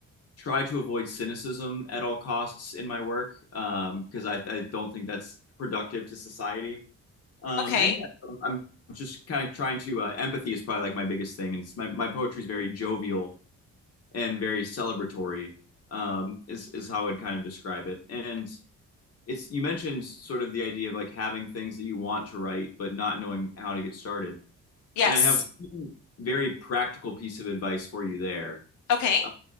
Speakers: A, on the left; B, on the left.
A: try to avoid cynicism at all costs in my work um, because I, I don't think that's productive to society. Um,
B: okay.
A: and yeah, I'm just kind of trying to uh, empathy is probably like my biggest thing, and it's my my poetry is very jovial and very celebratory um, is is how I would kind of describe it. And it's you mentioned sort of the idea of like having things that you want to write but not knowing how to get started.
B: Yes,
A: And I have one very practical piece of advice for you there,
B: okay.
A: uh,